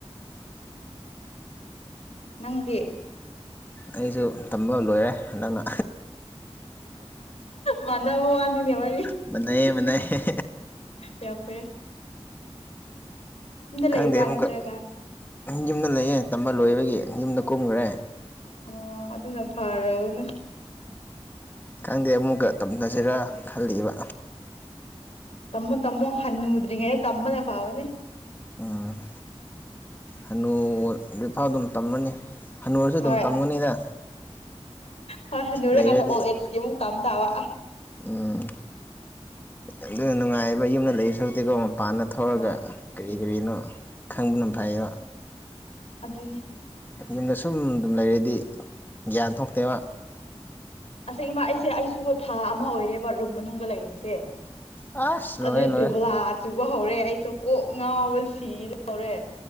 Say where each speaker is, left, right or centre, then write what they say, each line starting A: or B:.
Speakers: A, on the left (about 75°); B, on the left (about 20°).
A: ꯅꯪꯗꯦ
B: ꯑꯩꯁꯨ ꯇꯝꯕ ꯂꯣꯏꯔꯦ ꯍꯟꯗꯛꯅ
A: ꯃꯥꯟꯗ ꯃ ꯑꯅꯤꯅꯦꯕ
B: ꯃꯥꯟꯅꯩꯌꯦ ꯃꯥꯟꯅꯩꯌꯦ
A: ꯌꯥ ꯐ
B: ꯈꯪꯗꯦ
A: ꯂꯩꯕ꯭ꯔꯥ
B: ꯑꯃꯨꯛꯀ
A: ꯅꯠꯇ꯭ꯔꯒ
B: ꯌꯨꯝꯗ ꯂꯩꯌꯦꯦ ꯇꯝꯕ ꯂꯣꯏꯕꯒꯤ ꯌꯨꯝꯗ ꯀꯨꯝꯈ꯭ꯔꯦ
A: ꯑꯣ ꯑꯗꯨꯅ ꯐꯔꯎꯅꯦ
B: ꯈꯪꯗꯦ ꯑꯃꯨꯛꯀ ꯇꯝꯅꯁꯤꯔꯥ ꯈꯜꯂꯤꯕ
A: ꯇꯃꯣ ꯇꯃꯣ ꯍꯟꯅꯨꯗ꯭ꯔꯤꯉ ꯇꯃꯅꯦ ꯐꯕꯅꯦ
B: ꯑꯝ ꯍꯅꯨ ꯐꯥꯎ ꯑꯗꯨꯝ ꯇꯝꯃꯅꯤ ꯍꯨꯔꯁꯨ ꯑꯗꯨꯝ
A: ꯍꯣꯏ
B: ꯇꯝꯒꯅꯤꯗ
A: ꯍꯣꯏ ꯍꯟꯅꯨꯔꯀꯥꯟꯗ
B: ꯂꯩꯔꯗꯤ
A: ꯑꯣꯜ ꯑꯦꯖꯀꯤ ꯑꯃꯨꯛ ꯇꯝ ꯇꯥꯕ
B: ꯎꯝ ꯑꯗꯨꯅ ꯅꯨꯡꯉꯥꯏꯕ ꯌꯨꯝꯗ ꯂꯩꯕ ꯁꯔꯨꯛꯇꯤꯀꯣ ꯃꯄꯥꯟꯗ ꯊꯧꯔꯒ
A: ꯍꯣꯏ
B: ꯀꯔꯤ ꯀꯔꯤꯅꯣ ꯈꯪꯕꯅꯝ ꯐꯩꯕ
A: ꯑꯗꯨꯗꯦꯅꯦ
B: ꯌꯨꯝꯗ ꯁꯨꯝ ꯑꯗꯨꯝ ꯂꯩꯔꯗꯤ ꯒ꯭ꯌꯥꯟ ꯊꯣꯛꯇꯦꯕ
A: ꯑꯁꯦꯡꯕ ꯑꯩꯁꯦ ꯑꯩꯁꯨꯀꯣ ꯊꯥ ꯑꯃ ꯑꯣꯏꯔꯦꯕ ꯔꯨꯝ ꯃꯅꯨꯡꯗ ꯂꯩꯔꯤꯁꯦ
B: ꯑꯁ
A: ꯑꯗꯨꯗꯤ
B: ꯂꯣꯏꯔꯦ ꯂꯣꯏꯔꯦ
A: ꯕꯦꯕꯣꯂꯥ ꯆꯨꯕ ꯍꯧꯔꯦ ꯑꯩꯁꯨ ꯀꯣꯛ ꯉꯥꯎꯕ ꯁꯤꯗꯗꯧꯔꯦ